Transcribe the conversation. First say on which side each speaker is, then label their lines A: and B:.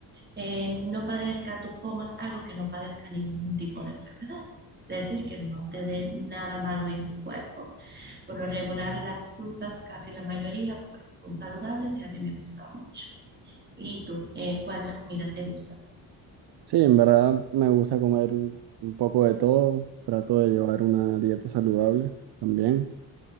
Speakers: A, on the right; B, on the right.
A: eh, no padezca, tú comas algo que no padezca ningún tipo de enfermedad. Es decir, que no te dé nada malo en tu cuerpo. Por lo regular, las frutas, casi la mayoría, pues son saludables y a mí me gustan mucho. ¿Y tú, eh, cuál comida te gusta?
B: Sí, en verdad me gusta comer un un poco de todo. Trato de llevar una dieta saludable también.